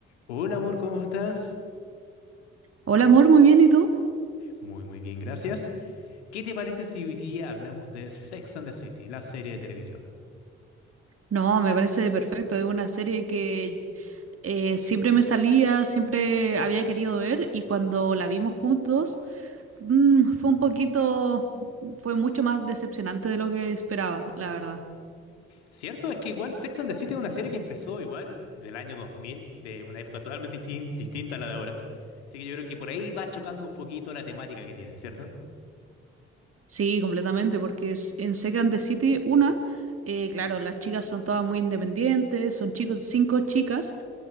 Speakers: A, on the left; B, on the right.
A: Hola amor, ¿cómo estás?
B: Hola amor, muy bien, ¿y tú?
A: Muy, muy bien, gracias. ¿Qué te parece si hoy día hablamos de Sex and the City, la serie de televisión?
B: No, me parece perfecto, es una serie que eh, siempre me salía, siempre había querido ver y cuando la vimos juntos mm, fue un poquito, fue mucho más decepcionante de lo que esperaba, la verdad.
A: Cierto, es que igual Sex and the City es una serie que empezó igual del año 2000, de una época totalmente distin- distinta a la de ahora. Así que yo creo que por ahí va chocando un poquito la temática que tiene, ¿cierto?
B: Sí, completamente, porque es- en Sex and the City, una, eh, claro, las chicas son todas muy independientes, son chicos, cinco chicas.